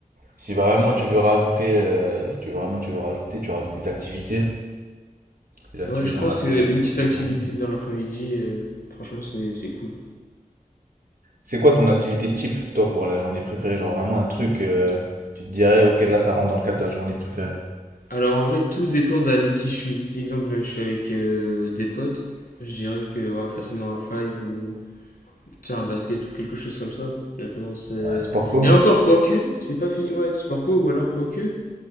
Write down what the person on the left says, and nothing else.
Ouais, je
pense
qu'une
petite
activité
dans l'après-midi, euh, franchement, c'est c'est cool.
Alors en vrai, tout dépend d'avec qui je suis. Si, exemple, je suis avec euh, des potes, je dirais que ouais, facilement un five ou tu sais, un basket ou quelque chose comme ça. Honnêtement, c'est.
Et encore, quoique, c'est pas fini. Ouais, sport co ou alors quoique,